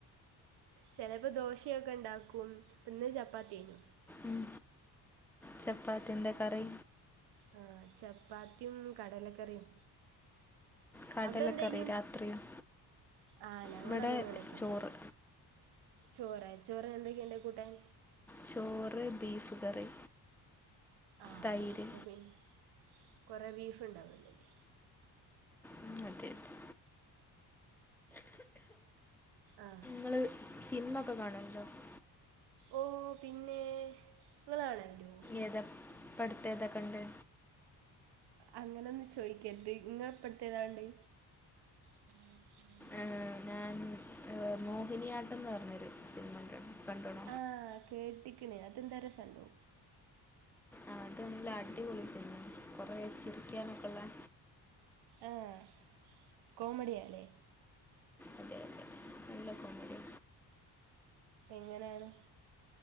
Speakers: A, on the right; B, in the centre.
A: ചെലപ്പോ ദോശയൊക്കെ ഇണ്ടാക്കും പ്പ് ഇന്ന് ചപ്പാത്തിയാഞ്ഞു
B: ഉം ചപ്പാത്തി എന്താ കറി
A: ആഹ് ചപ്പാത്തിയും കടലക്കറിയും
B: കടലക്കറി
A: അവടെ എന്തായിനു
B: രാത്രിയും
A: ആഹ് ഞങ്ങളതങ്ങനൊക്കെയാ
B: ഇവിടെ ചോറ്
A: ചോറ് ചോറിന് എന്തൊക്കെയൊണ്ട് കൂട്ടാൻ
B: ചോറ് ബീഫ് കറി
A: ആഹ്
B: തൈര്
A: അപ്പ പിന്നെ കൊറേ ബീഫ് ഇണ്ടാവുവലോല്ലേ
B: ഉം അതെ അതെ
A: ആഹ്
B: നിങ്ങള് സിനിമക്കെ കാണു <unintelligible>
A: ഓഹ് പിന്നെ നിങ്ങള് <unintelligible>
B: ഏതാ ഇപ്പടുത്തെതാ കണ്ടേ
A: അങ്ങനെ ഒന്നും ചോദിക്കരുത് ഇങ്ങള് ഇപ്പടുത്തെതാ കണ്ടേ ഉം ഉം
B: ആഹ് ഞാൻ മോഹിനിയാട്ടം ന്ന് പറഞ്ഞൊരു സിനിമ <inaudible>
A: ആഹ് കേട്ടിക്കണ് അതെന്താ രസം ഉണ്ടോ
B: ആഹ് അത് നല്ല അടിപൊളി സിനിമയാ കൊറെ ചിരിക്കാനൊക്കള്ളെ
A: ആഹ് കോമഡിയാല്ലേ?
B: അതെ അതെ നല്ല കോമഡിയാ
A: എങ്ങനാണ്